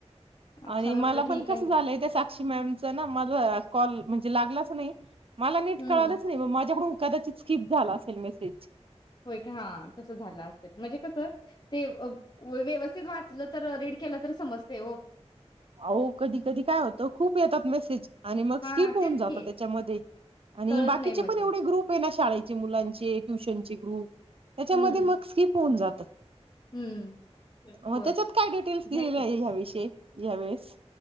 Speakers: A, on the left; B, on the right.
A: अच्छा
B: आणि
A: म्हटलं
B: मला
A: ठीक
B: पण कस
A: आहे
B: झालंय त्या साक्षी मॅमच ना मला कॉल म्हण लागलाच नाही मला नीट
A: हम्म
B: कळालंच नाही माझ्याकडून कदाचित स्किप झाला असेल मेसेज
A: होय का हा तस झालं असेल म्हणजे कसं ते व्यवस्थित वाचलं तर रीड केलं तर समजते ओ
B: अह कधी कधी काय होत खूप येतात मेसेज आणि मग
A: हा
B: स्किप होऊन
A: तेच
B: जात
A: की
B: त्याच्यामध्ये आणि
A: कळत
B: बाकीचे
A: नाही मग
B: पण
A: ते
B: एवढे ग्रुप आहे ना शाळेचे मुलांचे ट्युशन चे ग्रुप ह्याच्यामध्ये
A: हम्म
B: मग स्किप होऊन जात
A: हम्म
B: म
A: होय
B: त्याच्यात काय डिटेल्स
A: घ्या
B: दिलेले
A: की
B: आहे ह्याविषयी ह्या वेळेस